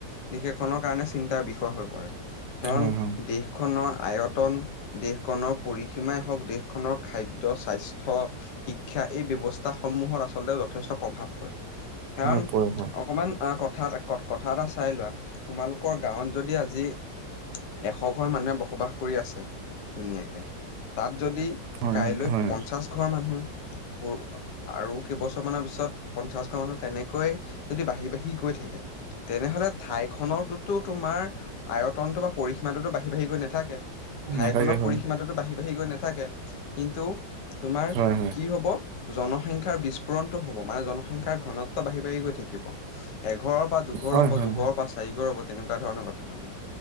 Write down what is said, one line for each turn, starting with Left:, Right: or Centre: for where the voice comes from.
Left: দেশ এখনৰ কাৰণে চিন্তাৰ বিষয় হৈ পৰে। কাৰণ
Right: হয় হয়
Left: দেশ দেশৰ খনৰ আয়তন, দেশখনৰ পৰিসীমাই হওক, দেশখনৰ খাদ্য, স্বাস্থ্য শিক্ষা এই ব্যৱস্থাসমূহত আচলতে যথেষ্ট প্ৰভাৱ পৰে। কাৰণ
Right: হয় পৰে হয়
Left: অকমান আ কথা এ কথা এটা চাই লোৱা, তোমালোকৰ গাঁৱত যদি আজি এশ ঘৰ মানুহে বসবাস কৰি আছে ধুনীয়াকে তাত যদি
Right: হয়
Left: কাইলৈ
Right: হয় হয়
Left: পঞ্চাশ ঘৰ মানুহ পৰু আৰু কেইবছৰমানৰ পিছত পঞ্চাশ ঘৰ মানুহ তেনেকৈয়ে যদি বাঢ়ি-বাঢ়ি বাঢ়ি গৈ থাকে তেনেহলে ঠাইখনৰটোতো তোমাৰ আয়তনতো বা পৰিসীমাটোতো বাঢ়ি-বাঢ়ি গৈ নাথাকে। ঠাইখনৰ
Right: নাথাকে হয়,
Left: পৰিসীমাটোতো বাঢ়ি-বাঢ়ি গৈ নাথাকে কিন্তু তোমাৰ
Right: হয় হয়,
Left: কি হ'ব জনসংখ্যাৰ বিস্ফোৰণটো হ'ব মানে জনসংখ্যাৰ ঘনত্ব বাঢ়ি-বাঢ়ি গৈ থাকিব। এঘৰৰ পৰা দুঘৰ
Right: হয়
Left: হ'ব,
Right: হয়,
Left: দুঘৰৰ পৰা চাৰিঘৰ হ'ব তেনেকুৱা ধৰণৰ কথা হ'ব।